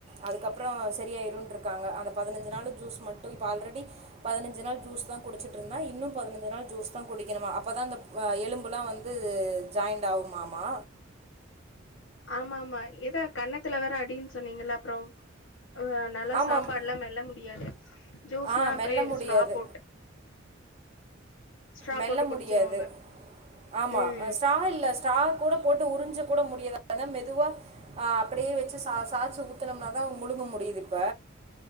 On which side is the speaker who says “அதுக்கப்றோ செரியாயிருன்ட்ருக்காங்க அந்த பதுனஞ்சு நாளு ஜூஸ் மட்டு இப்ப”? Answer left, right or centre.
Right